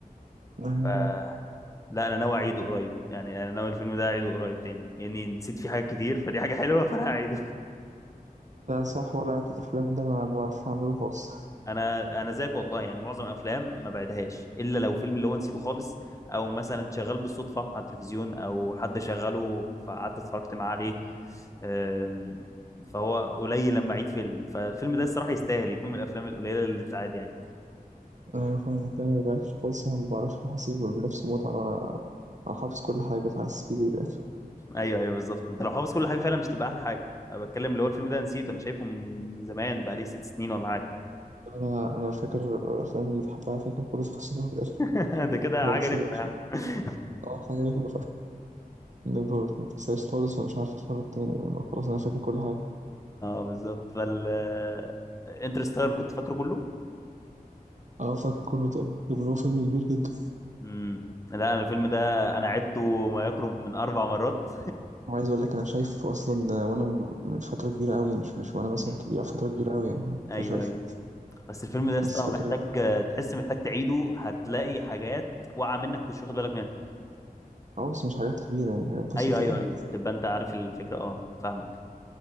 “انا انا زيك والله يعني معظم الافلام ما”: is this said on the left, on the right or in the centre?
Left